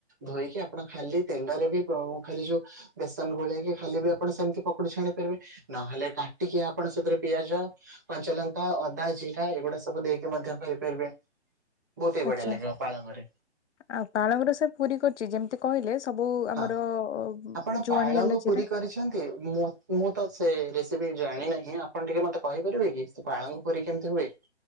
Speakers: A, on the right; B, on the left.
A: ଧୋଇକି ଆପଣ ଖାଲି ତେଲରେ ବି ଖାଲି ଯୋଉ ବେସନ ଗୋଳେଇକି ଖାଲି ବି ଆପଣ ସେମିତି ପକୋଡି ଛାଣି ପାରିବେ ନହେଲେ କାଟିକି ଆପଣ ସେଥିରେ ପିଆଜ କଞ୍ଚଲଙ୍କା ଅଦା ଜିରା ଏଗୁଡା ସବୁ ଦେଇକି ମଧ୍ୟ କରିପାରିବେ। ବହୁତ ହି
B: ଆଛା
A: ବଢିଆ ଲାଗିବ ପାଳଙ୍ଗରେ
B: ଆଉ ପାଳଙ୍ଗରେ ସାର୍ ପୁରୀ କରିଛି ଯେମିତି ତେ କହିଲେ ସବୁ ଆମର
A: ହଁ ଆପଣ
B: ଜୁଆଣିହେଲା
A: ପାଳଙ୍ଗ ପୁରୀ
B: ଜିରା
A: ମୁଁ ତ ସେ ରେସିପି ଜାଣିନାହିଁ ଆପଣ ଟିକେ ମତେ କହିପାରିବେ କି ସେ ପାଳଙ୍ଗ ପୁରୀ କେମିତି ହୁଏ?